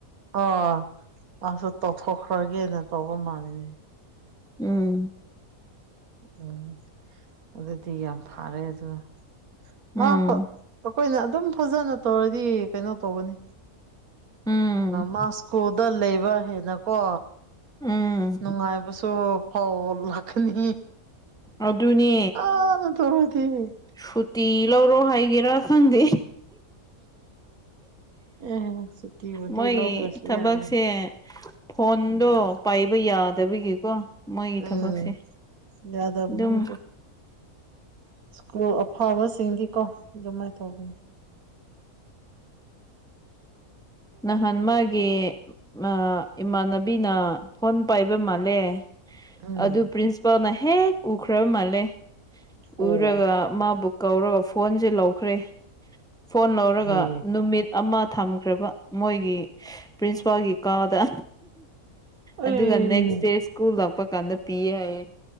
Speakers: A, on the right (about 75°); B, in the centre.
A: ꯑ ꯃꯥꯁꯨ ꯇꯧꯊꯣꯛꯈ꯭ꯔꯒꯦꯅ ꯇꯧꯕ ꯃꯥꯜꯂꯤ
B: ꯎꯝ
A: ꯎꯝ ꯑꯗꯨꯗꯤ ꯌꯥꯝ ꯐꯔꯦ ꯑꯗꯨ
B: ꯎꯝ
A: ꯃꯥ ꯑꯩꯈꯣꯏꯅ ꯑꯗꯨꯝ ꯐꯖꯅ ꯇꯧꯔꯗꯤ ꯀꯩꯅꯣ ꯇꯧꯒꯅꯤ
B: ꯎꯝ
A: ꯃꯥꯁꯀꯣ ꯗ ꯂꯩꯕ ꯍꯦꯅꯀꯣ
B: ꯎꯝ
A: ꯅꯨꯡꯉꯥꯏꯕꯁꯨ ꯐꯥꯎ ꯂꯥꯛꯀꯅꯤ
B: ꯑꯗꯨꯅꯦ
A: ꯑ ꯊꯣꯛ ꯊꯦ
B: ꯁꯨꯇꯤ ꯂꯧꯔꯣ ꯍꯥꯏꯒꯦꯔꯥ ꯈꯪꯗꯦ
A: ꯑ ꯁꯨꯇꯤꯕꯨꯗꯤ
B: ꯃꯣꯏꯒꯤ
A: ꯂꯧꯗ꯭ꯔꯁꯨ
B: ꯊꯕꯛꯁꯦ
A: ꯌꯥꯔꯦꯗ
B: ꯐꯣꯟꯗꯣ
A: ꯎꯝ
B: ꯄꯥꯏꯕ ꯌꯥꯗꯕꯒꯤ ꯀꯣ ꯃꯣꯏꯒꯤ
A: ꯎꯝ
B: ꯊꯕꯛꯁꯦ
A: ꯌꯥꯗꯕꯅꯤ
B: ꯑꯗꯨꯝ
A: ꯑꯗꯨ ꯁ꯭ꯀꯨꯜ ꯑꯐꯕꯁꯤꯡꯗꯤ ꯀꯣ ꯑꯗꯨꯃꯥꯏꯅ ꯇꯧꯒꯅꯤ
B: ꯅ ꯍꯟꯃꯒꯤ ꯃꯥ ꯏꯃꯥꯟꯅꯕꯤꯅ ꯐꯣꯟ ꯄꯥꯏꯕ ꯃꯥꯜꯂꯦ
A: ꯎꯝ
B: ꯑꯗꯨ ꯄ꯭ꯔꯤꯟꯁ ꯄꯥꯅ ꯍꯦꯛ ꯎꯈ꯭ꯔ ꯃꯥꯜꯂꯦ
A: ꯑꯣ
B: ꯎꯔꯒ ꯃꯥꯕꯨ ꯀꯧꯔꯒ ꯐꯣꯟꯁꯦ ꯂꯧꯈ꯭ꯔꯦ ꯐꯣꯟ ꯂꯧꯔꯒ
A: ꯍꯦ
B: ꯅꯨꯃꯤꯠ ꯑꯃ ꯊꯝꯈ꯭ꯔꯕ ꯃꯣꯏꯒꯤ ꯄ꯭ꯔꯤꯟꯁꯤꯄꯥꯜꯒꯤ ꯀꯥꯗ
A: ꯑꯩ
B: ꯑꯗꯨꯒ ꯅꯦꯛꯁ ꯗꯦ ꯁ꯭ꯀꯨꯜ ꯂꯥꯛꯄ ꯀꯥꯟꯗ ꯄꯤꯌꯦ ꯍꯥꯏꯌꯦ